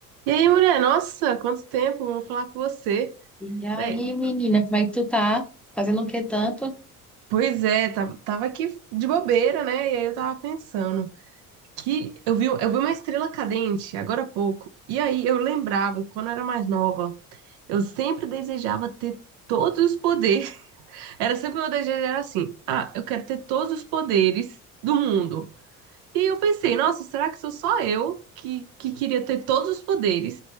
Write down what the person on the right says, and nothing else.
E aí, mulher? Nossa, quanto tempo, vamos falar com você.
Bem,
pois é, tava, tava aqui de bobeira, né? E aí eu tava pensando que eu vi, eu vi uma estrela cadente agora há pouco. E aí eu lembrava, que quando eu era mais nova, eu sempre desejava ter todos os poderes. <laughs> Era sempre meu desejo, era assim, ah, eu quero ter todos os poderes do mundo. E eu pensei, nossa, será que sou só eu que, que queria ter todos os poderes?